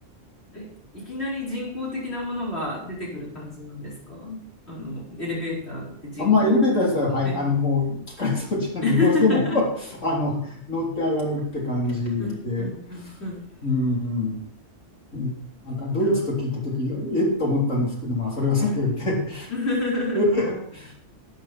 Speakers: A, on the left; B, on the left.
A: えいきなり人工的なものが出てくる感じなんですかあの、エレベーターって人工知能。
B: あ、まあ、エレベーター自体は、はい、
A: はい。
B: あの、もう機械装置なんで、
A: <laughs>
B: どうしても <laughs> あの、乗って上がるって感じで、
A: うんうんうんうん
B: うん、うんうん、なんかドイツと聞いたときに、
A: いや
B: えっと思ったんですけど、まあ、それはさておいて
A: ー、うん。
B: <laughs>
A: <laughs>